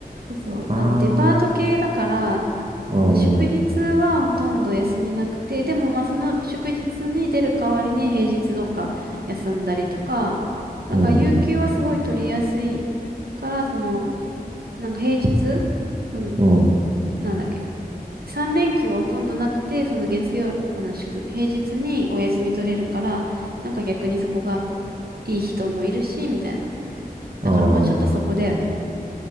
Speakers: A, on the right (about 75°); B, on the right (about 45°).
A: そうそう、
B: あ
A: あの、デパート系だから、
B: あ、うん、
A: あの、祝日はほとんど休みなくて、
B: うん、
A: でもまあ、その祝日に出る代わりに平日どっか休んだりとか、だから、
B: うん、
A: 有給はすごい取りやすいから、その、なんか平日、その、
B: うん。
A: なんだっけ、3連休はほとんどなくて、その月曜、あの祝、平日にお休み取れるから、なんか逆にそこがいい人もいるし、みたいな。
B: うん
A: だからまあちょっとそこだよね。